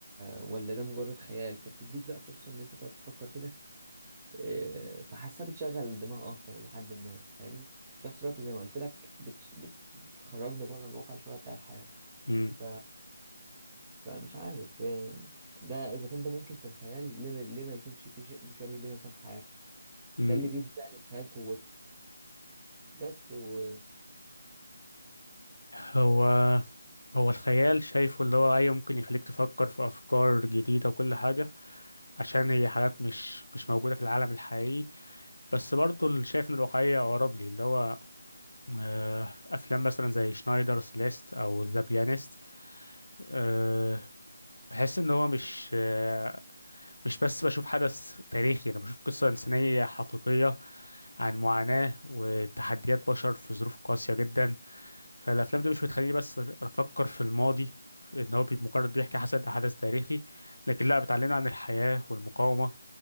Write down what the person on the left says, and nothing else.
مم.
مم.
هو هو الخيال شايفه اللي هو ايوه ممكن يخليك تفكر في افكار جديده وكل حاجه عشان هي حاجات مش مش موجوده في العالم الحقيقي بس برضه اللي شايف ان الواقعية اقرب لي اللي هو آه، افلام مثلا زي شنايدر سيليست او ذا بيانست أه بحس ان هو مش آه، مش بس بشوف حدث تاريخي انا بشوف قصة انسانية حقيقية عن معاناة وتحديات بشر في ظروف قاسية جدا فالافلام دي مش بتخليني بس افكر في الماضي ان هو بي- مجرد بيحكي حسب حدث تاريخي لكن لا بتعلمنا عن الحياة والمقاومة